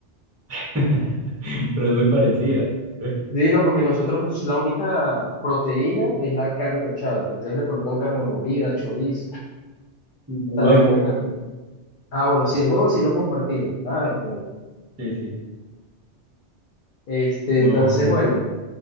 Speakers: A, on the right; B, on the left.
A: <laughs> pero es muy parecida. ¿eh?
B: Sí, no, porque nosotros la única proteína es la carne mechada, ustedes le colocan carne molida, chorizo, o
A: Huevo,
B: sea, la única carne. Ah, bueno, sí, el huevo sí lo compartimos. Ay, bueno.
A: sí, sí.
B: Este,
A: No,
B: entonces,
A: mira,
B: bueno.
A: ve.